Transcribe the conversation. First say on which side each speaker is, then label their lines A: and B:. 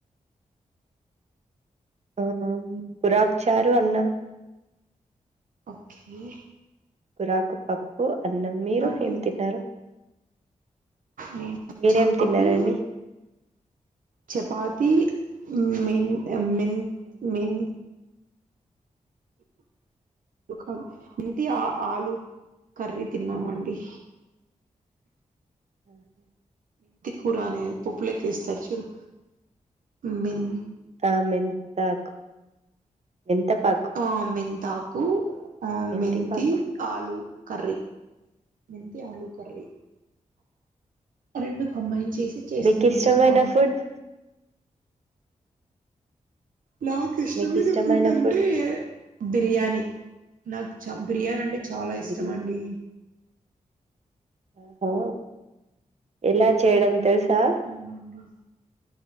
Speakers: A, on the right; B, on the right.
A: ఆ కురాక్ చారు అన్నం.
B: ఓకె
A: కురాకుపప్పు అన్నం. మీరు
B: అండి
A: ఏం తిన్నారు?
B: నేను
A: మీరేం తిన్నారండి?
B: కాఫీ చపాతి
A: ఆ
B: మెన్ మెన్
A: ఉమ్,
B: మెన్ ఒకాదు మెంతి ఆ ఆలు కర్రీ తిన్నామండి.
A: ఆహా
B: కురానే అది పప్పులేకేస్తారు చూడు మెన్
A: తా మెంతాకు. మెంతపాకు
B: ఆ మెంతాకు ఆ
A: మెంతిపాకు
B: మెంతి ఆలుూ కర్రీ
A: ఉమ్,
B: మెంతి
A: ఉమ్.
B: ఆలుూ కర్రీ. రెండు కంబైన్ చేసి చేసామండి
A: మీకు ఇష్టమైన
B: బాంది.
A: ఫుడ్
B: నాకిష్టమైన
A: మీకు ఇష్టమైన
B: ఫుడ్ అంటే బిర్యానీ. నాకు చ బిర్యానీ అంటే చాల ఇష్టమండి.
A: గ్రీన్ ఆహో ఎలా చేయడం తెలుసా?
B: అవునండి